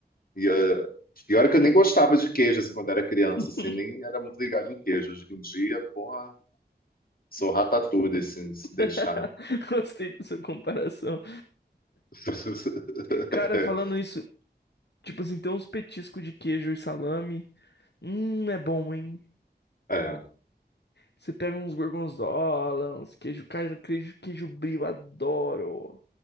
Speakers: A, on the left; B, on the left.
A: E ah, e é que eu nem gostava de queijo, assim, quando era criança,
B: <laughs>
A: assim, nem era muito ligado em queijo. Hoje em dia, porra, sou ratatouille, assim, se deixar.
B: <laughs> Gostei da sua comparação.
A: <laughs>
B: Cara, falando isso, tipo assim, tem uns petiscos de queijo e salame. Hum, é bom, hein?
A: É.
B: Você pega uns gorgonzola, uns queijo, cara, queijo, queijo brie, eu adoro.